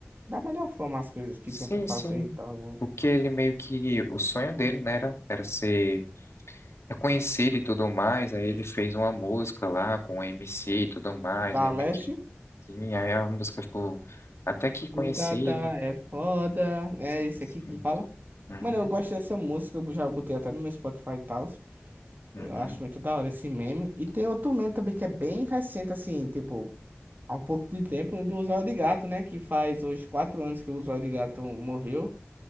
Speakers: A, on the right; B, on the left.
A: da melhor forma as coisas que
B: Sim,
A: tinha pra fazer
B: sim.
A: e tal, né?
B: Porque ele meio que. O sonho dele, né, era, era ser reconhecido e tudo mais. Aí ele fez uma música lá com o MC e tudo mais.
A: Da
B: Aí
A: Leste.
B: meio que. Sim, aí a música ficou até que conhecida.
A: O Tata é foda. É
B: Sim,
A: esse
B: sim.
A: aqui que ele fala.
B: Uhum,
A: Mano, eu gosto dessa música. Eu já botei até no meu Spotify e tal.
B: uhum.
A: Eu acho muito da hora esse meme. E tem outro meme também que é bem recente, assim, tipo, há um pouco de tempo, do Usuário de Gato, né? Que faz hoje quatro anos que o Usuário de Gato morreu.